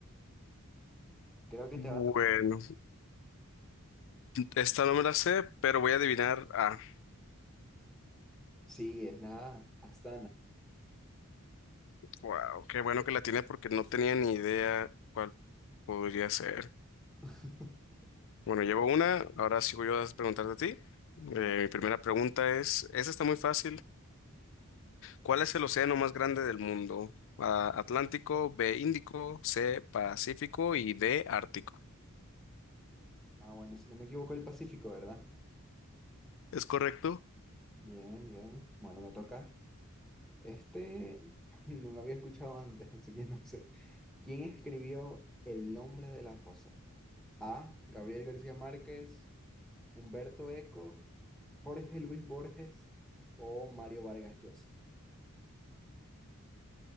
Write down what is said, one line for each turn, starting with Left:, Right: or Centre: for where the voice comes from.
Centre: Creo que
Left: Bueno,
Centre: te va a tocar.
Left: esta no me la sé, pero voy a adivinar. Ah,
Centre: Sí, es la Astana.
Left: wow, qué bueno que la tiene porque no tenía ni idea cuál podría ser.
Centre: <laughs>
Left: Bueno, llevo una, ahora sigo yo a preguntarte a ti.
Centre: Ya.
Left: Eh, mi primera pregunta es, esta está muy fácil. ¿Cuál es el océano más grande del mundo? A, Atlántico, B, Índico, C, Pacífico y D, Ártico.
Centre: Ah, bueno, si no me equivoco, el Pacífico, ¿verdad?
Left: ¿Es correcto?
Centre: Bien, bien. Bueno, me toca. Este <laughs> no lo había escuchado antes, así que no sé. ¿Quién escribió El nombre de la rosa? A. Gabriel García Márquez, Humberto Eco, Jorge Luis Borges o Mario Vargas Llosa.